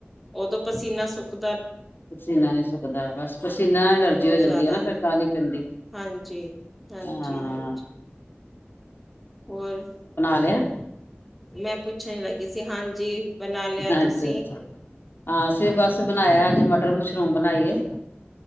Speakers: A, in the centre; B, on the left.
A: ਉਦੋਂ ਪ ਪਸੀਨਾ ਸੁਕ
B: ਪਸੀਨਾ ਨਹੀਂ ਸੁੱਕਦਾ ਬਸ ਪਸੀਨਾ ਐਲਰਜੀ
A: ਉਦੋਂ
B: ਹੋ ਜਾਂਦੀ
A: ਜ਼ਿਆਦਾ
B: ਹੈ ਨਾ ਫਿਰ ਕਾਹਲੀ ਪੈਂਦੀ
A: ਹਾਂਜੀ ਹਾਂਜੀ
B: ਹਾ।
A: ਹਾਂਜੀ ਹੋਰ
B: ਲਿਆ
A: ਮੈਂ ਪੁੱਛਣ ਲੱਗੀ ਸੀ ਹਾਂਜੀ। ਬਣਾ ਲਿਆ
B: ਅੱਛਾ-ਅੱਛਾ
A: ਤੁਸੀਂ
B: ਹਾਂ ਅਸੀਂ ਬੱਸ ਬਣਾਇਆ ਅੱਜ ਮਟਰ ਮਸ਼ ਬਨਾਈ ਏ।